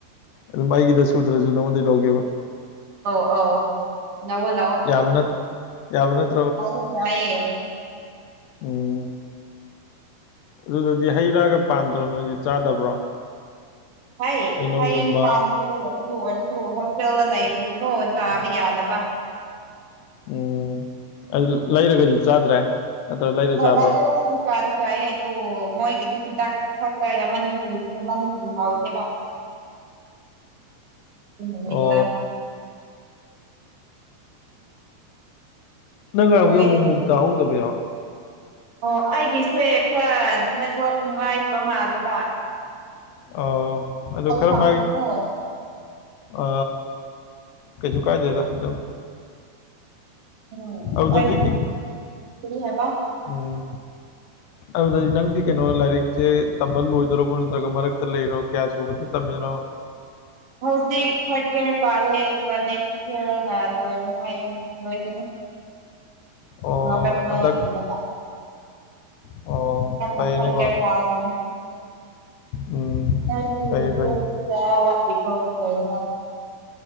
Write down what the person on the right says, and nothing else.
ꯑꯧ ꯑꯧ ꯂꯧꯑꯣ ꯂꯧꯑꯣ꯫
ꯑꯧ ꯋꯥꯏꯌꯦ꯫
ꯍꯩ
ꯍꯌꯦꯡ ꯅꯨ ꯇꯥ ꯑꯗꯨ ꯑꯣꯏ ꯑꯣ ꯍꯣꯁꯇꯦꯜꯗ ꯂꯩꯕꯁꯨꯀꯣ ꯆꯥꯕ ꯌꯥꯗꯕ
ꯑꯣꯅꯦ
ꯂ ꯀꯗꯤ ꯆꯥꯔꯤ ꯆꯥꯏꯑꯌꯦ ꯑꯗꯨꯗꯣ ꯃꯣꯏꯒꯤꯗꯤ ꯍꯤꯗꯥꯛ ꯊꯛꯀ ꯌꯥꯝꯃꯟꯃꯟ ꯍꯥꯎꯁꯦꯕ ꯍꯅꯤꯗ
ꯅꯣꯏꯗꯗꯤ
ꯑꯣ ꯑꯩꯒꯤꯁꯦ ꯈꯔ ꯅꯦꯠꯋꯥꯛ ꯅꯨꯡꯉꯥꯏꯕ ꯃꯥꯗꯕ
ꯁꯝꯕꯒꯤꯀꯣ
ꯎꯝ
ꯑꯩꯒꯤ
ꯀꯔꯤ ꯍꯥꯏꯕ꯫
ꯍꯧꯖꯤꯛ ꯐꯥꯁ ꯏꯌꯥꯔ ꯀꯥꯔꯦ ꯑꯗꯨꯒ ꯅꯦꯛꯁ ꯏꯌꯥꯔ ꯂꯣꯏꯅꯤꯉꯥꯏ ꯂꯣꯏꯕꯅ
ꯅꯕꯦꯝꯕꯔ
ꯒꯨꯝꯕꯗ
ꯍꯧꯗꯛꯅ
ꯄꯠꯂꯦ ꯗꯥꯎꯗꯨꯒ꯫
<unintelligible>
ꯋꯥꯠꯂꯤꯕꯣ ꯂꯣꯏꯅꯃꯛ